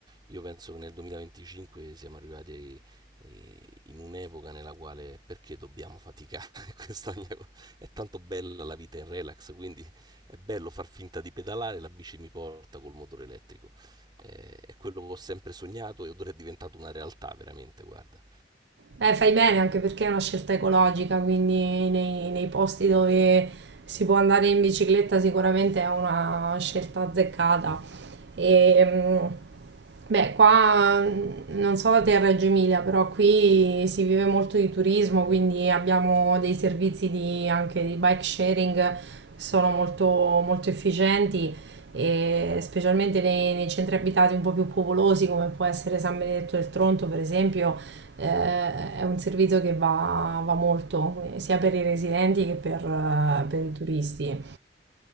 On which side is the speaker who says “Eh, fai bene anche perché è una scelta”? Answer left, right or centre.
Right